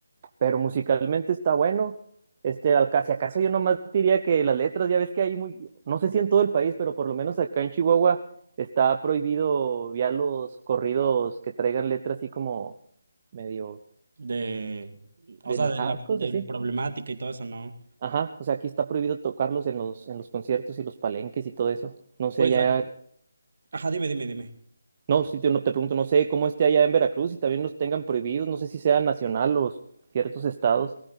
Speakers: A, on the right; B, on the right.
A: pero musicalmente está bueno. Este, al, ca- si acaso yo nomás diría que las letras, ya ves que hay muy, no sé si en todo el país, pero por lo menos acá en Chihuahua está prohibido ya los corridos que traigan letras así como medio
B: de, o
A: de
B: sea,
A: narcos,
B: de la, del
A: así.
B: problemática y todo eso, ¿no?
A: Ajá, o sea, aquí está prohibido tocarlos en los, en los conciertos y los palenques y todo eso. No sé
B: Pues,
A: allá,
B: ac- ajá, dime, dime, dime.
A: no, si te, no, te pregunto, no sé cómo esté allá en Veracruz y también los tengan prohibidos, no sé si sea nacional o ciertos estados.